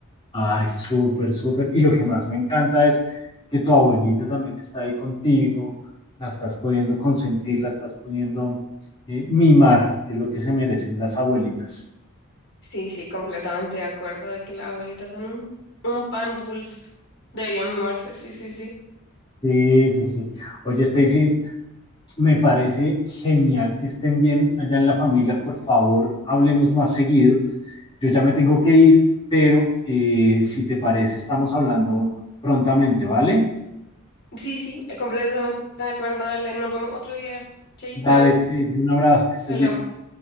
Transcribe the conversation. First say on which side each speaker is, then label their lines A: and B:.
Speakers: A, on the left; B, on the left.
A: Ay, súper, súper. Y lo que más me encanta es que tu abuelita también está ahí contigo, la estás pudiendo consentir, la estás pudiendo eh, mimar, que es lo que se merecen las abuelitas.
B: Sí, sí, completamente de acuerdo de que las abuelitas son un, un pan dulce. Deberían mimarse, sí, sí, sí.
A: Sí, sí, sí. Oye, Stacy, me parece genial que estén bien allá en la familia. Por favor, hablemos más seguido. Yo ya me tengo que ir, pero eh, si te parece, estamos hablando prontamente, ¿vale?
B: Sí, sí, eh, completamente de acuerdo. Dale, nos vemos otro día. Chaito,
A: Dale, Stacy, un abrazo, que estés
B: hablamos.
A: bien.